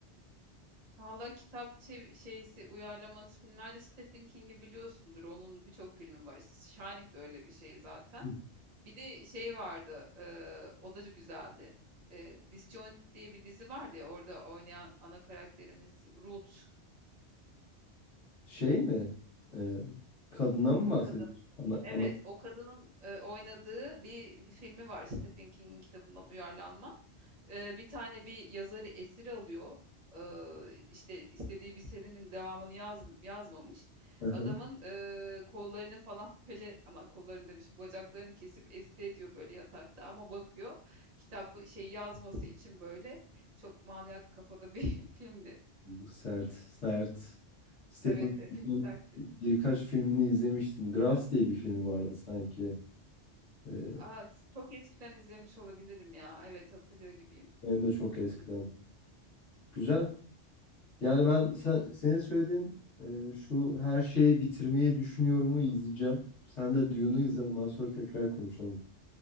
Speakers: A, on the right; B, on the left.
A: Valla kitap çev- şeysi uyarlaması filmlerde Stephen King'i biliyorsundur. Onun birçok filmi var. İşte Shining de öyle bir şey zaten.
B: Hı.
A: Bir de şey vardı. eee, o da güzeldi. Eee Disjoint diye bir dizi vardı ya. Orada oynayan ana karakterimiz Ruth
B: Şey mi? Ee, kadına mı bahsediyorsun?
A: kadın.
B: Ana,
A: Evet,
B: ana.
A: o kadının e, oynadığı bir, bir filmi var Stephen King'in kitabından uyarlanma. e, bir tane bir yazarı esir alıyor. Ee, işte istediği bir serinin devamını yaz, yazmamış.
B: Hı hı.
A: Adamın e, kollarını falan <laughs> böyle ama kollarını demişim bacaklarını kesip esir ediyor böyle yatakta ama bakıyor kitapı şey yazması için böyle çok manyak kafada bir <laughs> filmdi.
B: Sert, sert. Stephen
A: Evet, epey
B: King'in
A: sertti.
B: birkaç filmini izlemiştim. Grass diye bir filmi vardı sanki. Ee,
A: Aa, çok eskiden izlemiş olabilirim ya. Evet hatırlıyor gibiyim.
B: hem de çok eskiden. Güzel. Yani ben sen, senin söylediğin e, şu her şeyi bitirmeyi düşünüyorumu izleyeceğim. Sen de Dune'u izle ondan sonra tekrar konuşalım.